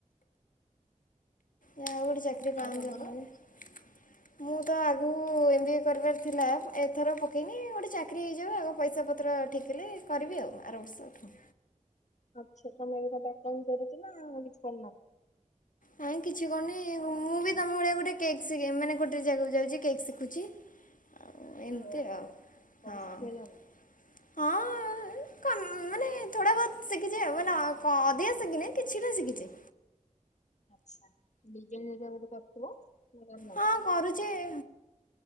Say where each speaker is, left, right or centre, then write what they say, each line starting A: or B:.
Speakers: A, on the left (about 90°); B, on the left (about 60°).
A: ଆଉ କଉଠି ଚାକିରୀ ପାଆନ୍ତୁ
B: ଆଉ ତମର
A: ଆପଣ ବି ମୁଁ ତ ଆଗୁ। ଏମ୍ ବି ଏ କରିବାର ଥିଲା ଏଥର ପକେଇନି ଗୋଟେ ଚାକିରି ହେଇଯାଉ ଆଗ ପଇସା ପତ୍ର ଠିକ୍ ହେଲେ କରିବି ଆଉ। ଅ-ଆର ବର୍ଷ ଠୁ।
B: ଆଚ୍ଛା ତମେ ଏବେ କଣ ପାର୍ଟ ଟାଇମ୍ କରୁଚ ନା କିଛି କରୁନା।
A: ନାଇଁ କିଛି କରୁନି ମୁଁ ବି ତମ ଭଳିଆ ଗୋଟେ କେକ୍ ଶିଖି ମାନେ ଗୋଟେ ଜାଗାକୁ ଯାଉଛି କେକ୍ ଶିଖୁଛି। ଆଉ ଏମିତି
B: ଓହୋ।
A: ଆଉ
B: ସବୁ
A: ହଁ ହଁ।
B: ଶିଖିଗଲଣି
A: ଆ କ ମାନେ ଥୋଡା ବୋହତ ଶିଖିଛି ଆଉ ମାନେ ଅ କ ଅଧିକା ଶିଖିନି କିଛି ଟା ଶିଖିଛି।
B: ଆଚ୍ଛା ବିରୀୟାନୀ ଘରିକା ବଧେ କରୁଥିବ। ନା କରୁନ?
A: ହଁ କରୁଛି ଏ